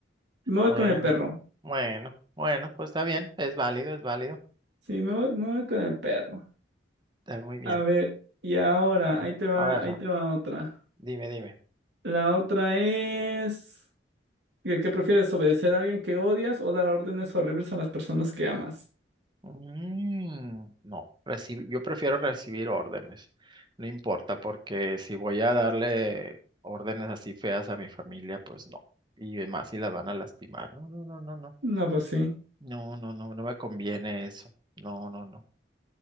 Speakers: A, on the right; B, on the right.
A: Me voy
B: Bueno,
A: con el perro.
B: bueno, bueno, pues está bien, es válido, es válido.
A: Sí, me voy, me voy con el perro.
B: Está muy bien.
A: A ver, y ahora,
B: Ahora,
A: ahí te va,
B: a ver,
A: ahí
B: Ran,
A: te va otra.
B: dime, dime.
A: La otra es, ¿qué, qué prefieres, obedecer a alguien que odias o dar órdenes horribles a las personas que amas?
B: Mm, no, reci- yo prefiero recibir órdenes. No importa, porque si voy a darle órdenes así feas a mi familia, pues no. Y más si las van a lastimar. No, no, no, no, no.
A: No, pues sí.
B: No, no, no, no me conviene eso. No, no, no.